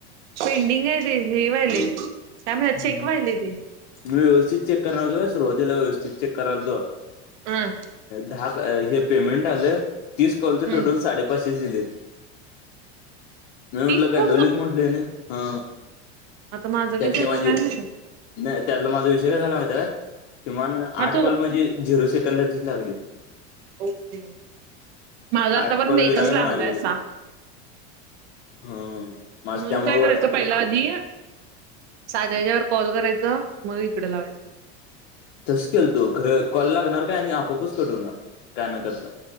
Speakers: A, on the right; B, on the left.
A: पेंडिंग आहे ते हे व्हायले काय चेक
B: हम्म.
A: वाहिली ते
B: मी व्यवस्थित चेक करतो सुरुवातला व्यवस्थित चेक करतो
A: ह
B: दहा हे पेमेंट आलं तीस कॉलचं
A: हम्
B: टोटल साडेपाचशेच दिलेत मी म्हटलं
A: तीस
B: गांडवलीत
A: कोणच
B: म्हटलं आहे ना हा
A: आता माझं किती
B: त्यातली
A: असंल
B: माझी
A: काय माहिती
B: नाही त्यातला माझा विषय नाही झाला माहिते का किमान
A: हा
B: आठ
A: तो
B: कॉल म्हणजे झिरो सेकंदाचीच लागली
A: ओके माझ
B: आठ
A: आतापर्यंत
B: कॉल
A: एकच
B: विनाकारण
A: लागलंय
B: वाया
A: अस
B: ह माझ
A: म्हणून
B: त्यामुळे
A: काय करायचं पहिला आधी साध्या ह्याच्यावर कॉल करायच मग इकडे लावायचं कॉल
B: तस केल तो खर कॉल लागणार काय आणि आपआपच कट होणार काय न करता